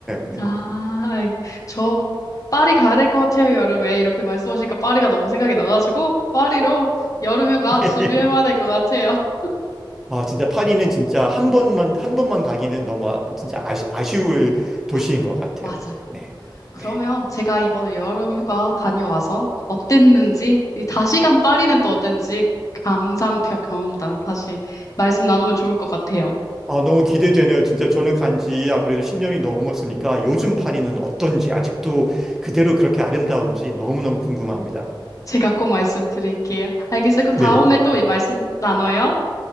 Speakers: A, in the centre; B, on the left.
A: 네.
B: 아, 아이, 저, 파리 가야 될 것 같아요, 여름에. 이렇게 말씀하시니까 파리가 너무 생각이 나가지고, 파리로 여름휴가
A: 네.
B: 준비해봐야 될 것 같아요.
A: 아, 진짜 파리는 진짜 한 번만, 한 번만 가기는 너무 아- 진짜 아쉬, 아쉬울 도시인
B: 맞아요.
A: 것 같아요.
B: 맞아요.
A: 네.
B: 그러면
A: 네.
B: 제가 이번에 여름 휴가 다녀와서 어땠는지, 이 다시간 파리는 또 어땠는지 감상평 경험담 다시 말씀 나누면 좋을 것 같아요.
A: 아, 너무 기대되네요. 진짜 저는 간지 아무래도 10년이 넘었으니까 요즘 파리는 어떤지 아직도 그대로 그렇게 아름다운지 너무너무 궁금합니다.
B: 제가 꼭 말씀드릴게요. 알겠어요. 그럼
A: 네.
B: 다음에 또 말씀 나눠요.